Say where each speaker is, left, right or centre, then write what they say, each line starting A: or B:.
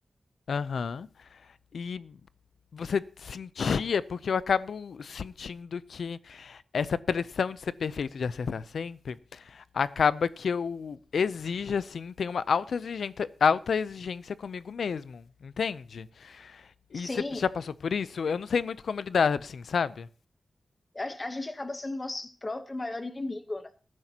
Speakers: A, on the left (about 80°); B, on the left (about 25°).
A: Aham. E você sentia, porque eu acabo sentindo que essa pressão de ser perfeito, de acertar sempre, acaba que eu exijo, assim, tenho uma alta exigenta- alta exigência comigo mesmo, entende? E
B: Sim,
A: você já passou por isso? Eu não sei muito como lidar, assim, sabe?
B: a, a gente acaba sendo nosso próprio maior inimigo, né?